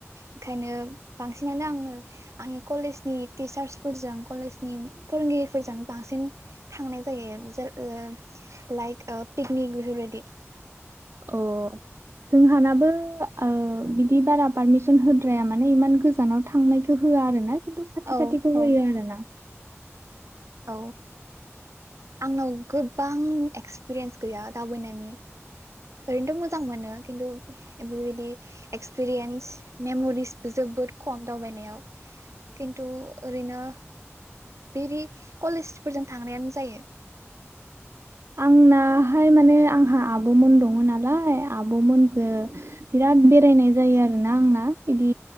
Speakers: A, on the right; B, on the right.
A: ओंखायनो बांस सिनानो आङो आंनि कलेजनि टिचार्स फोरजों कलेजनि फोरोंगिरिफोरजों बांसिन थांनाय जायो जेर लाइक ओ पिकनिक बेफोरबायदि।
B: अ जोंहानाबो ओ बिदि बारा पारमिसन होद्राया माने इमान गोजानाव थांनायखौ होआ आरोना थु खाथि
A: औ
B: खाथिखौ
A: औ
B: होयो आरोना
A: औ ओ आंनाव गोबां एक्सपिरियेन्स गैया दावबायनायनि ओरैनोथ' मोजां मोनो खिन्थु बेबायदि एक्सपिरियेन्स मेम'रिसबो जोबोद खम दावबायनायाव खिन्थु ओरैनो बेदि कलेजफोरजों थांनायानो जायो।
B: अआंनाहाय माने आंहा आब'मोन दङो नालाय आब'मोनजो बिराद बेरायनाय जायो आरोना आंना इदि